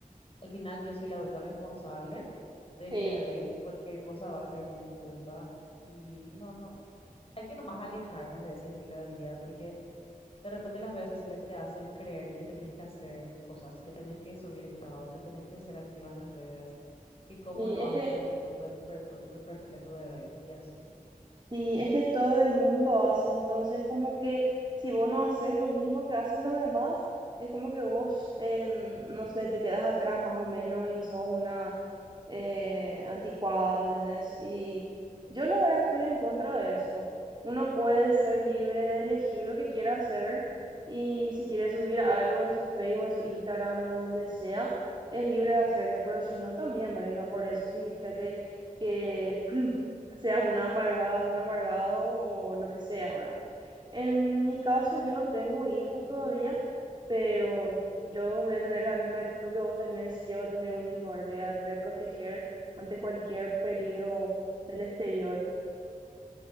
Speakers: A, on the left; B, on the right.
A: al final yo soy la adulta responsable de
B: Sí.
A: mi bebé y cualquier cosa va a ser mi culpa. Y no, no, hay que nomás alejarnos de ese estilo de vida, porque de repente las redes sociales te hacen creer que tenés que hacer cosas, que tenés que subir estados, que tenés que ser activa en las redes, que cómo
B: Sí,
A: no
B: es
A: vas
B: que,
A: a poner foto de, per- per- de perfil de tu bebé y así.
B: sí, es que todo el mundo hace, entonces como que si vos no haces lo mismo que hacen los demás, es como que vos, en, no sé, te quedas atrás más o menos y sos una, eh, anticuada, ¿entendés? Y yo la verdad estoy en contra de eso. Uno puede ser libre de elegir lo que quiera hacer y si quiere subir algo en su Facebook, en su Instagram o donde sea, es libre de hacerlo, pero si no también, ¿verdad? Y no por eso significa que, que <clears throat> seas una amargada, un amargado o lo que sea, ¿verdad? En mi caso, yo no tengo hijos todavía, pero yo voy a tener la misma actitud que vos tenés si llego a tener un hijo, ahora le voy a reproteger ante cualquier peligro del exterior.